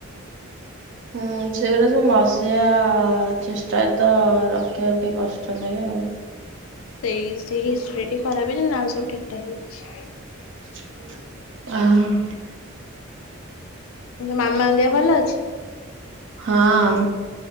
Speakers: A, on the right; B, on the left.
A: ହୁଁ ସେଗୁରା ସବୁ ମସିଆ ଚେଷ୍ଟା ତ ରଖିଆକୁ ଟିକେ କଷ୍ଟ ଲାଗେ ଆଉ
B: ସେଇ ସେଇ ହିଷ୍ଟ୍ରି ଟି ଖରାପ ହେଇ ସବୁ ଠିକ୍ ଠାକ୍ ହେଇଚି
A: ଆଃ
B: ମାମାଙ୍କ ଦେହ ଭଲ ଅଛି
A: ହଁ